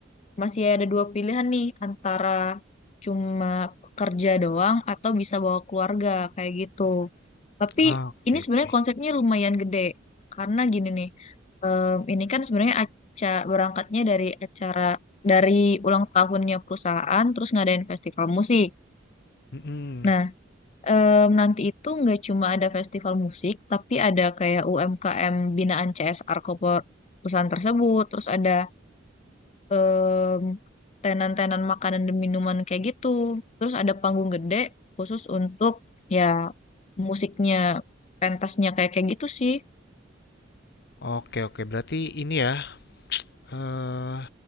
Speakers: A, on the left; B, on the left.
A: masih ada dua pilihan nih antara cuma kerja doang atau bisa bawa keluarga kayak gitu. Tapi
B: Ah, oke
A: ini sebenarnya
B: oke.
A: konsepnya lumayan gede karena gini nih, em, ini kan sebenarnya acara berangkatnya dari acara dari ulang tahunnya perusahaan, terus ngadain festival musik.
B: Mm-mm.
A: Nah, em, nanti itu nggak cuma ada festival musik, tapi ada kayak UMKM binaan CSR Kopor perusahaan tersebut. Terus ada em, tenan-tenan makanan dan minuman kayak gitu. Terus ada panggung gede khusus untuk ya musiknya, pentasnya kayak kayak gitu sih.
B: Oke oke, berarti ini ya. eh